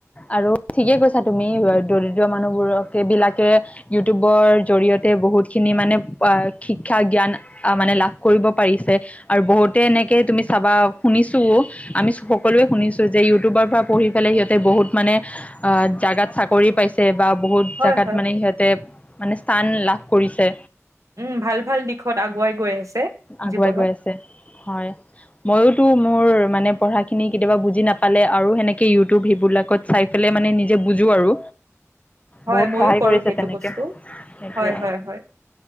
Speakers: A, on the left; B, on the right.
A: আৰু ঠিকে কৈছা তুমি, দৰিদ্ৰ মানুহবোৰক এইবিলাকে ইউটিউবৰ, জৰিয়তে বহুতখিনি মানে, শিক্ষা জ্ঞান আহ মানে, লাভ কৰিব পাৰিছে, আৰু বহুতে, এনেকে তুমি চাবা শুনিছোঁও, আমি সকলোৱে শুনিছোঁ যে ইউটিউবৰ পৰা পঢ়ি পেলাই সিহঁতে বহুত মানে আ, জাগাত চাকৰি পাইছে, বা বহুত
B: হয়
A: জাগাত
B: হয়
A: মানে সিহঁতে, মানে স্থান লাভ কৰিছে।
B: উম, ভাল-ভাল দিশত আগুৱাই গৈ আছে,
A: আগুৱাই
B: জীৱনত।
A: গৈ আছে হয়, মইয়ো টো মোৰ, মানে পঢ়াখিনি কেতিয়াবা বুজি নাপালে, আৰু সেনেকৈ ইউটিউব সেইবিলাকত চাই পেলাই, মানে নিজে বুজো আৰু।
B: হয়,
A: বহুত
B: ময়ো
A: সহায়
B: কৰোঁ
A: কৰিছে
B: সেইটো
A: তেনেকে
B: বস্তু।
A: সেইটোৱে
B: হয়, হয়।